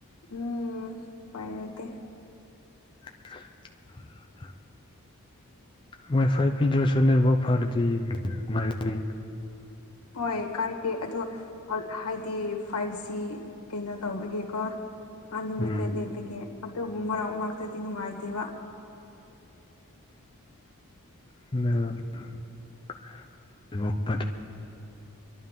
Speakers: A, on the left; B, on the left.
A: ꯎꯝ ꯎꯄꯥꯏ ꯂꯩꯇꯦ
B: <unintelligible> ꯋꯥꯏ ꯐꯥꯏ ꯄꯤꯗ꯭ꯔꯁꯨ ꯅꯦꯠꯋꯥꯛ ꯐꯔꯗꯤ ꯥꯅꯨꯡꯉꯥꯏꯒꯅꯤ
A: ꯍꯣꯏ ꯀꯥꯏꯗꯦ ꯑꯗꯣ ꯍꯥꯏꯗꯤ ꯐꯥꯏꯚ ꯖꯤ ꯀꯩꯅꯣ ꯇꯧꯕꯒꯤꯀꯣ ꯑꯟ ꯂꯤꯃꯤꯇꯦꯠ
B: ꯎꯝ
A: ꯂꯩꯕꯒꯤ ꯑꯗꯨꯕꯨ ꯃꯔꯛ ꯃꯔꯛꯇꯗꯤ ꯅꯨꯡꯉꯥꯏꯇꯦꯕ
B: ꯎ <unintelligible>